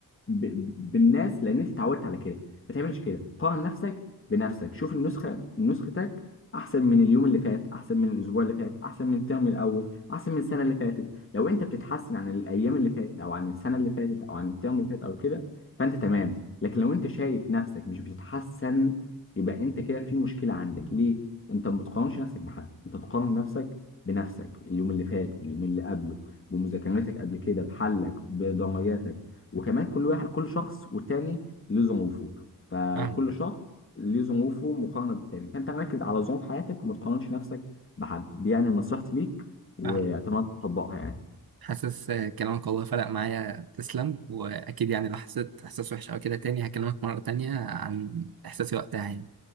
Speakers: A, on the left; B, on the right.
A: ب... بالناس لان انت اتعودت على كده ما تعملش كده قارن نفسك بنفسك شوف النسخه نسختك احسن من اليوم اللي فات احسن من الاسبوع اللي فات احسن من الترم الاول احسن من السنه اللي فاتت لو انت بتتحسن عن الايام اللي فاتت او عن السنه اللي فاتت او عن الترم اللي فات او كده فانت تمام لكن لو انت شايف نفسك مش بتتحسن يبقى انت كده في مشكله عندك ليه انت ما بتقارنش نفسك بحد انت تقارن نفسك بنفسك اليوم اللي فات واليوم اللي قبله بمذاكرتك قبل كده بحلك بدرجاتك وكمان كل واحد كل شخص والتاني له ظروفه فكل
B: فاهم
A: شخص ليه ظروفه مقارنة بالتاني فأنت ركز على ظروف حياتك وما تقارنش نفسك بحد دي يعني نصيحتي ليك وأتمنى
B: فاهم
A: تطبقها يعني
B: حاسس آه، كلامك والله فرق معايا تسلم واكيد يعني لو حسيت احساس وحش او كده تاني هكلمك مرة تانية عن احساسي وقتها يعني